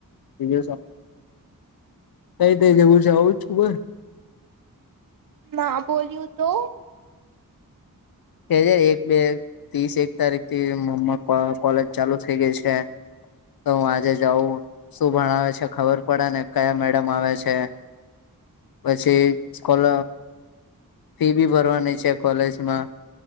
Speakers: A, on the left; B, on the right.
A: બીજું શું નઈ થઈ જવું છે આવું જ ખુંબ
B: ના બોલ્યું તો
A: <unintelligible> એક બે ત્રીસ એક તારીખ થી મમ્ કોલેજ ચાલુ થઇ ગઈ છે તો હું આજે જાઉં શું ભણાવે છે ખબર પડે ને કયા મેડમ આવે છે પછી સ્કોલ ફી બી ભરવાની છે કોલેજમાં